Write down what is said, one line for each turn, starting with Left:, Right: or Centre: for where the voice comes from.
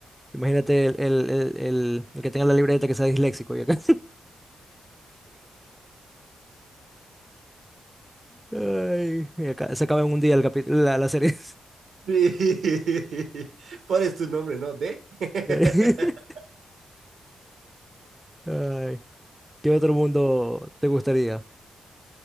Centre: imagínate el, el, el, el- el que tenga la libreta que sea disléxico y acá. <laughs> Ay, y acá se acaba en un día el capítulo, la, la serie. <laughs>
Right: <laughs> Pones tu nombre, ¿no? De... <laughs>
Centre: Sí. Ay, ¿qué otro mundo te gustaría?